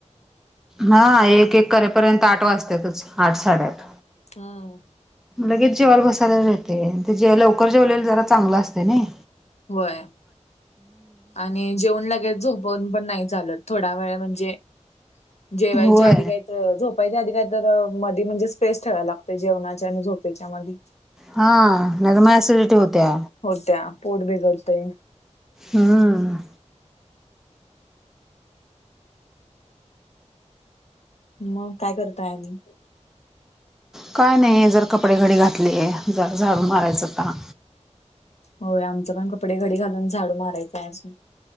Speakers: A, in the centre; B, on the left.
A: हा एक एक करेपर्यंत आठ वाजतेतच आठ साडेआठ.
B: हा.
A: लगेच जेवाला बसायला येते ते जे लवकर जेवलेल जरा चांगलं असते नये.
B: वय आणि जेवण लगेच झोपून पण नाही चालत. थोडा वेळ म्हणजे जेवायच्या
A: होय
B: आदी काही त झोपायच्या आदी काही तर मधी म्हणजे स्पेस ठेवायला लागतय जेवणाच्या आणि झोपेच्या मधी.
A: हा नाही तर म एसिडिटी होत्या.
B: होत्या पोट बिघडतय.
A: हम्म.
B: म काय करताय आणि?
A: काय नाही जर कपडे घडी घातली आहे ज झाडू मारायचं होता.
B: होय आमचा पण कपडे घडी घालून झाडू मारायचं असो.